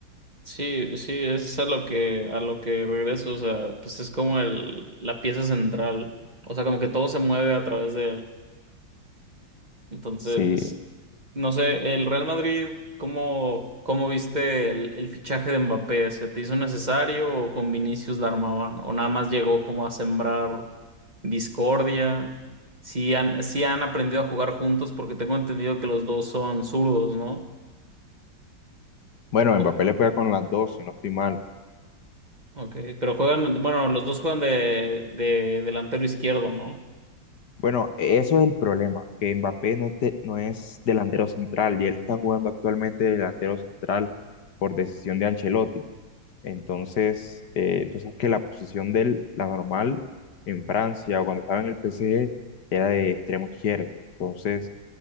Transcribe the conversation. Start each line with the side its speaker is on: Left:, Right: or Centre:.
Right: Sí, sí, eso es a lo que, a lo que regreso, o sea, pues es como el, la pieza central, o sea, como que todo se mueve a través de él. Entonces,
Left: Sí,
Right: no sé, el Real Madrid, ¿cómo, cómo viste el, el fichaje de Mbappé? ¿Se te hizo necesario o con Vinicius la armaban? ¿O nada más llegó como a sembrar discordia? ¿Sí han, sí han aprendido a jugar juntos? Porque tengo entendido que los dos son zurdos, ¿no?
Left: bueno,
Right: Oh,
Left: Mbappé le pega con las dos, si no estoy mal.
Right: ok, pero juegan, bueno, los dos juegan de, de delantero izquierdo, ¿no?
Left: Bueno, eso es el problema, que Mbappé no, este- no es delantero central y él está jugando actualmente de delantero central por decisión de Ancelotti. Entonces, eh, tú sabes que la posición de él, la normal en Francia o cuando estaba en el PSG, era de extremo izquierdo. Entonces,